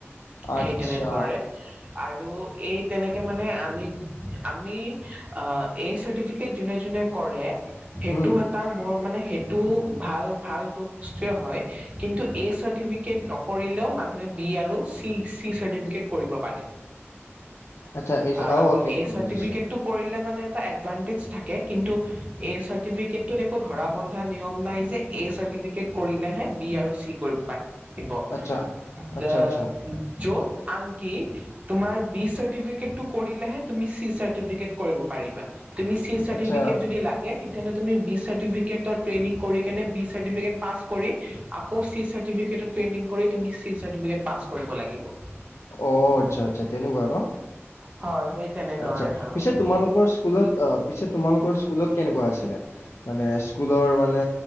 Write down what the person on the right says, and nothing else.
সেই তেনে ধৰে। আৰু এই তেনেকে মানে আমি -আমি আহ এই চাৰ্টিফিকেট যোনে- যোনে কৰে সেইটো
এটা বৰ মানে সেইটো ভাল -ভাল বস্তুয়ে হয় কিন্তু এ চাৰ্টিফিকেট নকৰিলেও মানুহে বি আৰুি চি- চি চাৰ্টিফিকেট কৰিব পাৰে
আ,
এ
চাৰ্টিফিকেট
টো কৰিলে মানে এটা এডভান্টেচ থাকে, কিন্তু এ চাৰ্টিফিকেটটোত ধৰা বন্ধা নিয়ম নাই যে এ চাৰ্টিফিকেট কৰিলেহে বি আৰু চি কৰিব পাই। দিব
<unintelligible>
য'ত আনকি তোমাৰ বি চাৰ্টিফিকেটটো কৰিলেহে তুমি চি চাৰ্টিফিকেট কৰিব পাৰিবা। তুমি চি চাৰ্টিফিকেট
যদি লাগে তেতিয়াহ'লে তুমি বি চাৰ্টিফিকেটত ট্ৰেইনিং কৰি কেনে বি চাৰ্টিফিকেট পাছ কৰি আকৌ চি চাৰ্টিফিকেটট ট্ৰেইনিং কৰি তুমি চি চাৰ্টিফিকেট পাছ কৰিব লাগিব।
হয় সেই তেনেদৰে
হয়
মানে